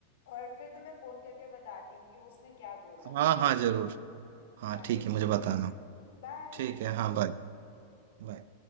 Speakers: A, on the left; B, on the right.
A: और फिर तुम्हें फोन करके बताती हूँ कि उसने क्या बोला
B: हाँ हाँ जरूर हाँ
A: चलो
B: ठीक है
A: ठीक
B: मुझे बताना
A: है Bye.
B: ठीक है हाँ बाय बाय